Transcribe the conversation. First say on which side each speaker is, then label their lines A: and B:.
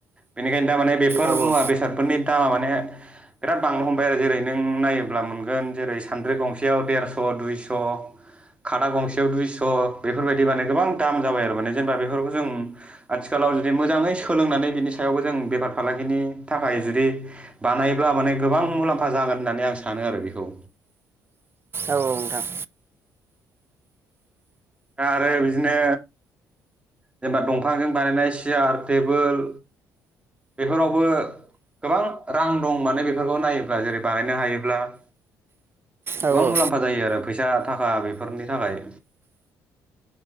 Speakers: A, on the right; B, on the right.
A: बेनिनोखाय दा माने बेफोर
B: औ
A: मुवा
B: औ
A: बेसादफोरनि दामा माने बिराद बांनो हमबाय आरो जेरै नों नायोब्ला मोनगोन जेरै सानद्रि गंसेयाव देरस' दुइस'। खादा गंसेयाव दुइस' बेफोरबायदि माने गोबां दाम जाबाय आरो माने जेनेबा बेफोरखौ जों आथिखाल लाव जुदि मोजाङै सोलोंनानै बिनि सायावबो जों बेफार फालांगिनि थाखाय जुदि बानायोबब्ला माने गोबां मुलाम्फा जागोन होननानै आं सानो आरो बेखौ।
B: औ-औ नोंथां।
A: दा आरो बिदिनो जेनेबा दंफांजों बानायनाय सियार टेबोल बेफोरावबो। गोबां रां दं माने बेफोरखौ नायोब्ला जेरै बानायनो हायोब्ला। गोबां
B: औ औ
A: मुलाम्फा जायो आरो फैसा थाखा बेफोरनि थाखाय।